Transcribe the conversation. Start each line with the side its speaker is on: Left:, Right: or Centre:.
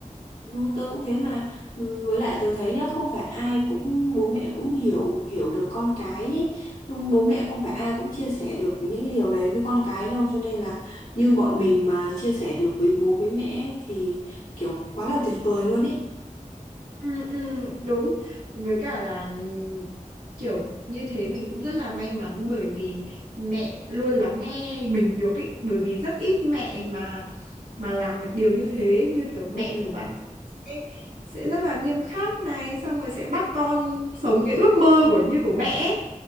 Left: Ừ, tớ cũng thế mà Ừ, với lại tớ thấy nhá không phải ai cũng bố mẹ cũng hiểu hiểu được con cái ý. Nhưng bố mẹ không phải ai cũng chia sẻ được những cái điều đấy với con cái đâu cho nên là như bọn mình mà chia sẻ được với bố với mẹ thì kiểu quá là tuyệt vời luôn ý
Right: Ừ, ừ, đúng với cả là ừm, kiểu như thế mình cũng rất là may mắn bởi vì mẹ luôn lắng nghe mình được ý bởi vì rất ít mẹ mà mà làm được điều như thế như kiểu mẹ
Left: ừ,
Right: của bạn sẽ, sẽ rất là nghiêm khắc này xong rồi sẽ bắt con sống cái ước mơ của như của mẹ ấy.